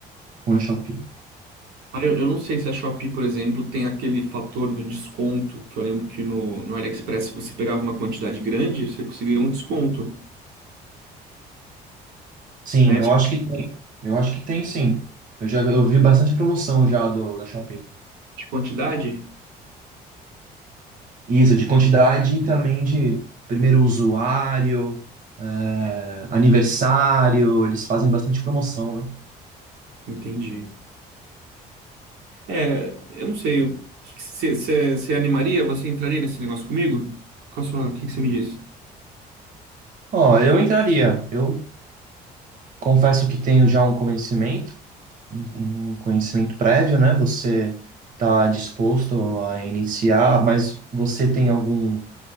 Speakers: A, on the right; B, on the right.
A: com a Shopee.
B: Ah, eu, eu não sei se a Shopee, por exemplo, tem aquele fator do desconto, que eu lembro que no, no AliExpress se você pegava uma quantidade grande, você conseguia um desconto,
A: Sim,
B: né?
A: eu
B: Tipo
A: acho que tem, eu acho que tem sim. Eu já eu vi bastante promoção já do, da Shopee.
B: De quantidade?
A: Isso, de quantidade e também de primeiro usuário, eh, aniversário, eles fazem bastante promoção, né?
B: Entendi. É, eu não sei. o que que Você você- você animaria? Você entraria nesse negócio comigo? Qual a sua, o que que você me diz?
A: Ó, eu entraria, eu confesso que tenho já um conhecimento um um conhecimento prévio, né? Você está disposto a iniciar, mas você tem algum